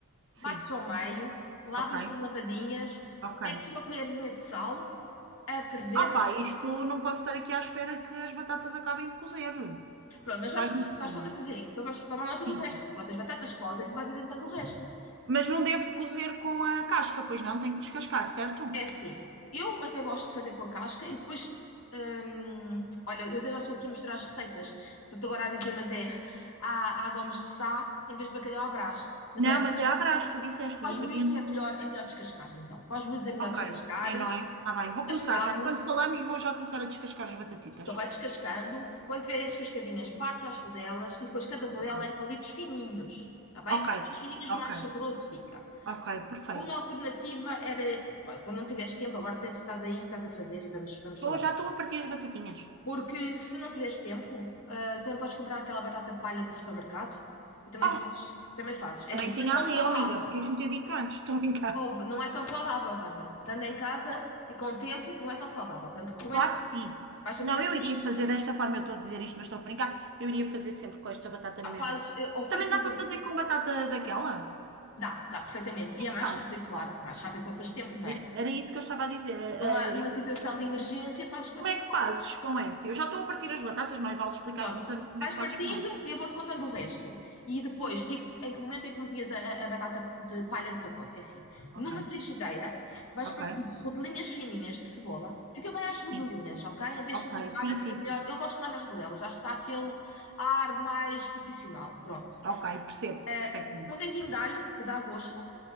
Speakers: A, on the right; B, on the left.
A: Sim,
B: partes ao meio, lavas
A: ok,
B: bem lavadinhas,
A: ok.
B: metes uma colherzinha de sal a ferver,
A: Ah pá, isto não posso estar aqui à espera que as batatas acabem de cozer.
B: pronto, mas vais,
A: Vai,
B: vais
A: sim,
B: pondo a fazer isso, então vais tomar nota do
A: sim.
B: resto, enquanto as batatas cozem, tu vais adiantando o resto.
A: Mas não devo cozer com a casca, pois não, tenho que descascar, certo?
B: É assim, eu até gosto de fazer com a casca e depois, hum, olha, eu até já estou aqui a misturar as receitas, estou-te agora a dizer, mas é, há, há gomes de sá em vez de bacalhau à Brás, mas
A: Não,
B: olha,
A: mas é à brás, tu disseste
B: Para
A: os ingredientes.
B: os miúdos é melhor, é melhor descascares, então. Para os miúdos é melhor
A: Ok,
B: descascares,
A: é não é? Está bem, vou
B: descascares.
A: começar já. Enquanto falamos, vou já começar a descascar as batatitas.
B: Então vai descascando. Quando tiverem descascadinhas, partes às rodelas e depois cada rodela
A: Ok,
B: é em palitos fininhos. Está bem?
A: ok,
B: Quanto mais fininhos,
A: ok,
B: mais saboroso fica.
A: ok, perfeito.
B: Uma alternativa era, pá, quando não tiveres tempo, agora tens, estás aí, estás a fazer e vamos, vamos
A: Tô,
B: falar.
A: já estou a partir as batatinhas.
B: Porque se não tiveres tempo, ah, também podes comprar aquela batata palha do supermercado e também
A: Oh,
B: fazes, também fazes. É
A: também
B: assim, não
A: tinha
B: é
A: ali,
B: tão saudável,
A: oh amiga, podias-me ter dito antes, <laughs> estou a brincar.
B: Ouve, não é tão saudável, Wanda. Estando em casa
A: Oh,
B: e com o tempo, não é tão saudável. Portanto, recomendo
A: claro
B: que
A: que sim.
B: vais fazendo
A: Não,
B: assim,
A: eu iria fazer desta forma, eu estou a dizer isto, mas estou a brincar. Eu iria fazer sempre com esta batata
B: há
A: na
B: fases,
A: mesma.
B: eh, ou fritas.
A: Também dá para
B: em-
A: fazer com batata daquela?
B: Dá, dá perfeitamente.
A: Como
B: E
A: é
B: é
A: que
B: mais
A: fazes?
B: rápido, claro. Mais rápido poupas tempo, não
A: Isso-
B: é?
A: era isso que eu estava a dizer. Eh,
B: Numa, numa
A: eh,
B: situação de emergência, fazes coisa.
A: como é que fazes com essa? Eu já estou a partir as batatas, mas vale explicar-me
B: Pronto,
A: também como
B: vais
A: é que fazes
B: partindo
A: com essa.
B: e eu vou-te contando o resto. E depois digo-te em que momento é que metias a, a batata de palha de pacote. É assim,
A: Ok,
B: numa frigideira vais
A: ok.
B: partindo rodelinhas fininhas de cebola. Fica bem às rodelinhas,
A: Sim,
B: ok? Em vez
A: ok.
B: de ser picada,
A: Sim,
B: fica
A: sim, sim.
B: melhor.
A: sim.
B: Eu gosto mais das rodelas, acho que dá aquele ar mais profissional. Pronto.
A: Ok, percebo-te
B: Eh,
A: perfeitamente.
B: um dentinho de alho, que dá gosto,